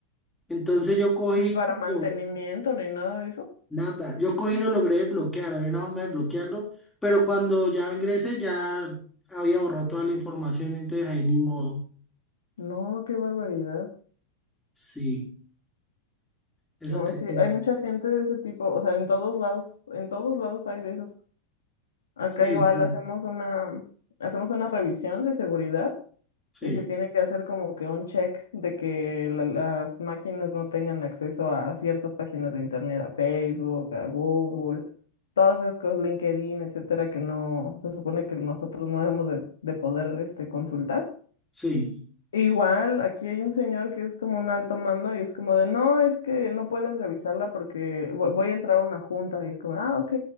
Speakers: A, in the centre; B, on the left.
A: Entonces yo cogí,
B: Ni para mantenimiento,
A: no,
B: ni nada de eso.
A: nada, yo cogí y lo logré desbloquear, había una forma de bloquearlo, pero cuando ya ingresé ya había borrado toda la información, entonces ahí ni modo.
B: No, qué barbaridad.
A: Sí, eso
B: No,
A: te
B: sí,
A: cuento.
B: hay mucha gente de ese tipo, o sea, en todos lados, en todos lados hay de esos. Acá
A: Sí,
B: igual
A: sí,
B: hacemos una, hacemos una revisión de seguridad
A: sí,
B: y se tiene que hacer como que un check de que la- las máquinas no tengan acceso a ciertas páginas de internet, a Facebook, a Google, todas esas cosas, LinkedIn, etcétera, que no, se supone que nosotros no debemos de, de poder este, consultar.
A: sí.
B: Igual, aquí hay un señor que es como un alto mando y es como de, no, es que no pueden revisarla porque vo- voy a entrar a una junta y es como, ah, ok,